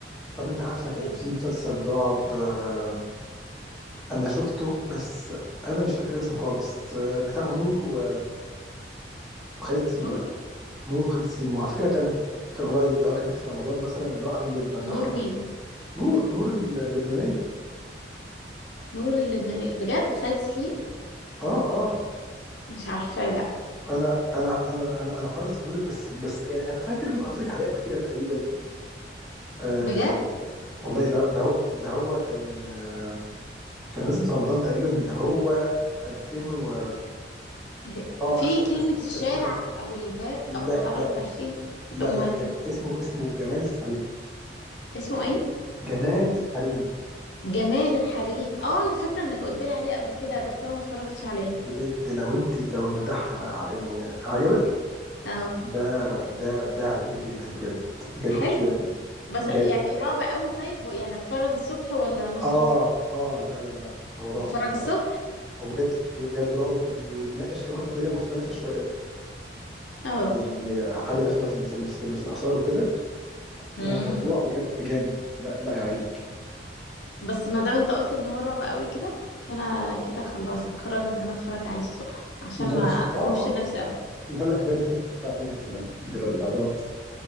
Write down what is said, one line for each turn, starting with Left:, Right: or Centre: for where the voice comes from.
Centre: طب انت عارفه كان
Left: ال-
Centre: في مسلسل رعب آه انا شفته بس انا مش فاكر اسمه خالص آه بتاع نور و... وخالد سليم
Left: نور
Centre: نور وخالد سليم وعلى فكره كان كان قريب ده هو كان في رمضان مثلا اللي هو قبل المداح
Left: نور مين
Centre: نور نور ال- اللبنانيه
Left: نور اللبنانية بجد خالد سليم
Centre: اه اه
Left: مش عارفة لا
Centre: انا انا انا انا انا حاول افتكر لك بس بس يعني انا فاكر اللي أنا قلت لك عليه قبل كده تقريبا آه
Left: بجد
Centre: والله ده ده هو ده هو كان آه كان نازل في رمضان تقريبا اللي هو 2000 و
Left: هي-
Centre: اه
Left: في
Centre: افت-
Left: كلمة
Centre: اف-
Left: الشارع
Centre: افتكرت
Left: أو الباب
Centre: لا
Left: أو الحارة
Centre: لا
Left: الخلفية
Centre: لا
Left: أما
Centre: لا ج... اسمه اسمه جمال الحريم
Left: اسمه إيه؟
Centre: جمال الحريم
Left: جمال الحريم اه أنا فاكرة إنك قلت لي عليه قبل كده بس أنا ما اتفرجتش عليه
Centre: بجد لو انت لو المداح ع- يعني عجبك
Left: اه
Centre: ده ده ده عجبك جدا بجد بجد
Left: حلو
Centre: يعني
Left: بس
Centre: جامد
Left: يعني رعب قوي طيب يعني أتفرج الصبح ولا نص
Centre: اه
Left: نص
Centre: اه لا لا لا لا هو رعب
Left: أتفرج الصبح
Centre: هو رعب هو بجد بجد رعب وبيناقش كمان قضيه مختلفه شويه
Left: اه
Centre: يعني حاجه داخله في ال- في ال- في, ال- في الاثار وكده
Left: امم
Centre: وموضوع بجد جامد لا لا هيعجبك
Left: بس ما دام انت قلت ان هو رعب قوي كده فانا كده خلاص هقرر ان انا اتفرج عليه الصبح عشان
Centre: <laughs>
Left: ما
Centre: اه اه
Left: اخوفش نفسي قوي
Centre: لا لا جامد هيعجبك والله جربي على ضمانتي